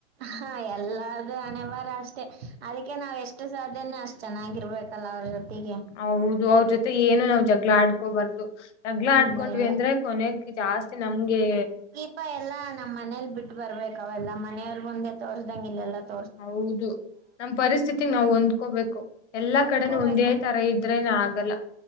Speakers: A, on the right; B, on the left.
A: ಹಾ ಎಲ್ಲಾದೂ ಅಣೆ ಬಾರ ಅಷ್ಟೇ ಅದಕ್ಕೆ ನಾವ್ ಎಷ್ಟ ಅಷ್ಟು ಸಾಧ್ಯನೇ ಅಷ್ಟು ಚೆನ್ನಾಗಿರ್ಬೇಕಲ್ಲ ಅವ್ರ ಜೊತೆಗೆ.
B: ಹೌದು ಅವ್ರ ಜೊತೆ ಏನು ನಾವ್ ಜಗಳ ಆಡ್ಕೋಬಾರ್ದು. ಜಗಳ ಆಡ್ಕೊಂಡ್ವಿ
A: ಇಲ್ಲ ಇಲ್ಲ
B: ಅಂದ್ರೆ ಕೊನೆಕ್ ಜಾಸ್ತಿ ನಮ್ಗೆ.
A: ಕೋಪಾ ಎಲ್ಲಾ ನಮ್ಮ್ ಮನೇಲಿ ಬಿಟ್ಟ ಬರ್ಬೇಕ ಅವೆಲ್ಲಾ ಮನೆಯವ್ರ ಮುಂದೆ ತೋರ್ಸದಂಗ ಇಲ್ಲ ಎಲ್ಲ ತೋರ್
B: ಹೌದು ನಮ್ ಪರಿಸ್ಥಿತಿಗ್ ನಾವು ಹೊಂದ್ಕೋಬೇಕು. ಎಲ್ಲಾ
A: ಅನ್ಕೋಬೇಕು
B: ಕಡೆನೂ ಒಂದೇ ತರ ಇದ್ರೇನ ಆಗಲ್ಲ.